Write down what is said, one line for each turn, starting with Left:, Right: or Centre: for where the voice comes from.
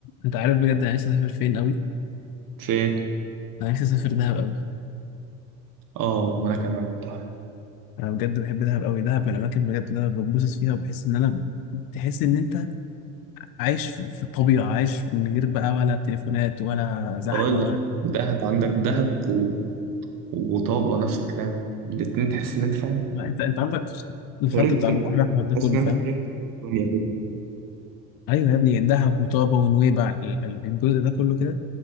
Left: انت عارف بجد انا نفسي اسافر فين قوي
Right: فين؟
Left: انا نفسي اسافر دهب قوي
Right: اه وانا كمان والله
Left: انا بجد بحب دهب قوي دهب من الاماكن بجد اللي انا بتبسط فيها وبحس ان انا تحس ان انت عايش في في الطبيعه عايش من غير بقى ولا تليفونات ولا زحمه
Right: اقول لك
Left: ولا
Right: دهب عندك دهب و... وطابة نفس الكلام الاتنين تحس ان انت فاهم
Left: لا، انت انت عندك الخط
Right: هربت
Left: بتاع
Right: من
Left: البحر الاحمر ده
Right: تحس
Left: كله
Right: ان
Left: فاهم
Right: انت هربت من الدنيا كده
Left: ايوه يا ابني دهب وطابه ونويبع ال- ال- الجزء ده كله كده